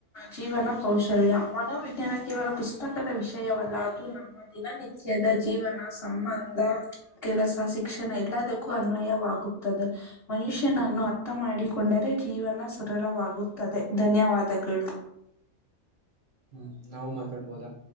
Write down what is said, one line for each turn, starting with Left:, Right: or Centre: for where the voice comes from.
Left: ಜೀವನ ಕೌಶಲ್ಯ ಮನೋವಿಜ್ಞಾನ ಕೇವಲ ಪುಸ್ತಕದ ವಿಷಯವಲ್ಲ ಅದು ನಮ್ಮ ದಿನನಿತ್ಯದ ಜೀವನ ಸಂಬಂಧ ಕೆಲಸ ಶಿಕ್ಷಣ ಎಲ್ಲದಕ್ಕೂ ಅನ್ವಯವಾಗುತ್ತದೆ ಮನುಷ್ಯನನ್ನು ಅರ್ಥ ಮಾಡಿಕೊಂಡರೆ ಜೀವನ ಸ ಸರಳವಾಗುತ್ತದೆ ಧನ್ಯವಾದಗಳು
Right: ಹ್ಮ ನಾವು ಮಾತಾಡ್ಬೋದಾ